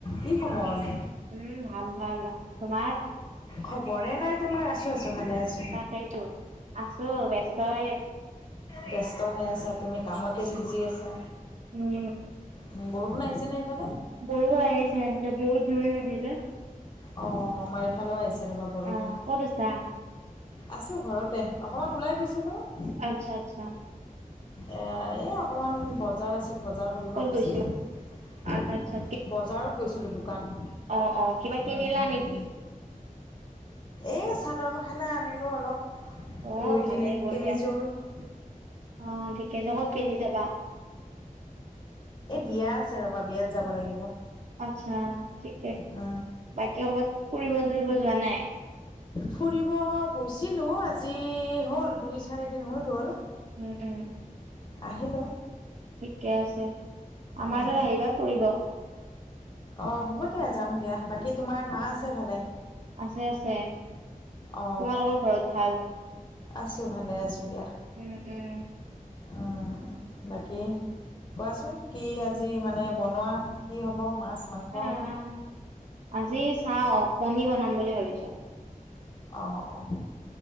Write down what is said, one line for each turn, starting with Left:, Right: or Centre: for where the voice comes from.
Left: কি খবৰ
Right: উম ভাল ভাল তোমাৰ?
Left: খবৰে নাই তোমাৰ আছো আছো ভালে আছো।
Right: তাকেইতো আছো ব্যস্ত হৈ-
Left: ব্যস্ত হৈ আছা তুমি কামতে বিজি আছা।
Right: উম
Left: উম, বৰষুণ আহিছেনে সেইফালে?
Right: বৰষুণ আহিছে বহুত জোৰে আহিলে।
Left: অ আমাৰ এইফালেও আহিছে ৰ'বা বৰষুণ,
Right: অ', ক'ত আছা?
Left: আছোঁ ঘৰতে অকণমান ওলাই গৈছো।
Right: আচ্ছা আচ্ছা।
Left: এ এই অকমান বজাৰ আছিল বজাৰ ফুৰিব
Right: ক'ত
Left: গৈছিলো
Right: গৈছিলা? আচ্ছা আচ্ছা
Left: বজাৰত গৈছিলোঁ দোকান
Right: অঁ অঁ কিবা কিনিলা
Left: উম, উম,
Right: নেকি?
Left: উম। এই চাদৰ মেখেলা আনিলোঁ অলপ
Right: অ',
Left: দুই
Right: ভালে
Left: তিনি
Right: বঢ়িয়া
Left: তিনিযোৰ অ
Right: অ ঠিক আছে ক'ত পিন্ধি যাবা।
Left: এই বিয়া আছে ৰ'বা বিয়াত যাব লাগিব
Right: আচ্ছা ঠিক
Left: অ
Right: বাকী কৰ'বাত ফুৰিব চুৰিব যোৱা নাই
Left: ফুৰিব গৈছিলো আজি হ'ল দুই চাৰি দিন হৈ গ'ল।
Right: উম, উম,
Left: আহিলো।
Right: ঠিকে আছে আমাৰ
Left: উম,
Right: তাত আহিবা ফুৰিব।
Left: অঁ হ'ব দিয়া যাম দিয়া বাকী। তোমাৰ মা আছে ভালে
Right: আছে আছে
Left: অ
Right: তোমালোকৰ ঘৰত ভাল?
Left: আছোঁ ভালে আছো দিয়া।
Right: উম উম,
Left: অ বাকী কোৱাচোন কি আজি মানে বনোৱা কি হ'ব মাছ- মাংস?
Right: আহ, আজি চাওঁ কণী বনাম বুলি ভাবিছ!
Left: অঁ অঁ